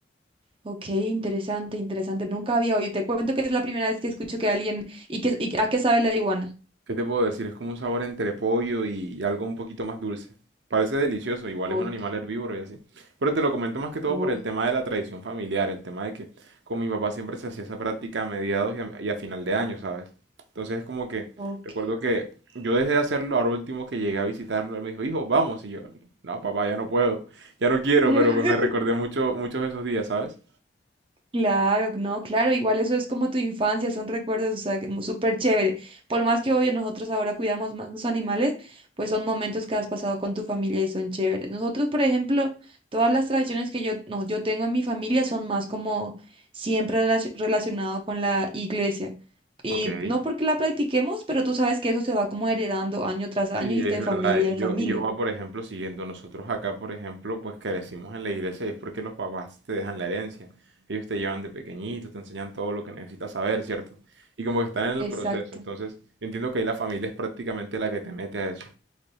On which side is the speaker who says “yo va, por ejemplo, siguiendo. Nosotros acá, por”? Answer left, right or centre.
Right